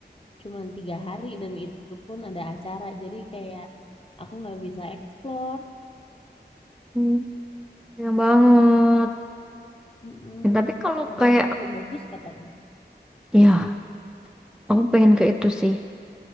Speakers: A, on the left; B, in the centre.
A: cuman tiga hari dan itu pun ada acara. Jadi kayak aku nggak bisa explore.
B: hmm. Sayang banget.
A: Mm-mm.
B: Dan tapi kalau
A: Padahal
B: kayak,
A: seru bagus katanya.
B: ya aku pengen ke itu sih.